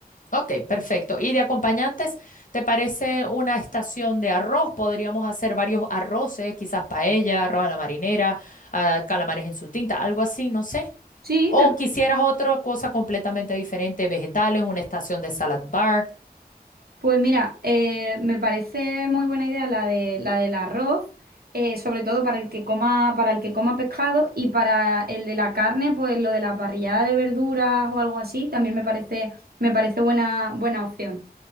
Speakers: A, on the left; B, on the right.
A: Ok, perfecto. Y de acompañantes, ¿te parece una estación de arroz? Podríamos hacer varios arroces, quizás paella, arroz a la marinera, ah, calamares en su tinta, algo así, no sé.
B: Sí,
A: O
B: me
A: quisieras otra cosa completamente diferente, vegetales, una estación de salad bar.
B: Pues mira, eh, me parece muy buena idea la de la del arroz, eh, sobre todo para el que coma, para el que coma pescado y para el de la carne, pues lo de la parrillada de verduras o algo así, también me parece, me parece buena, buena opción.